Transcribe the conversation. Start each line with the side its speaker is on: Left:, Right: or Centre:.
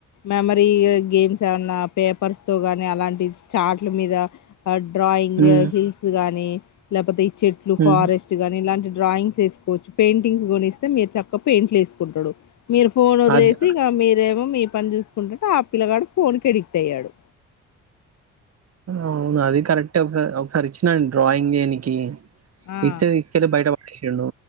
Left: మెమరీ గేమ్స్ ఏమైన్నా పేపర్స్ తో గాని అలాంటి చాట్ల మీద డ్రాయింగ్
Right: హ్మ్
Left: హిల్స్ గానీ ఇలాపోతే ఈ చెట్
Right: హ్మ్
Left: ఫారెస్ట్ గాని ఇలాంటి డ్రాయింగ్స్ వేసుకోవచ్చు పెయింటింగ్స్ కొనిస్తే మీరు చక్కగా పెయింట్లు వేసుకుంటాడు మీరు ఫోన్ వదిలేసి
Right: అది
Left: ఇక మీరేమో మీ పని చూసుకుంటా ఆ పిల్లగాడు ఫోన్ కి అడిక్ట్ అయ్యాడు
Right: అవును అది కరెక్టే ఒకసారి ఒకసారి ఇచ్చినండి డ్రాయింగ్ చేయనికి
Left: ఆ
Right: ఇస్తే తీసుకెళ్లి బయట చేసిండు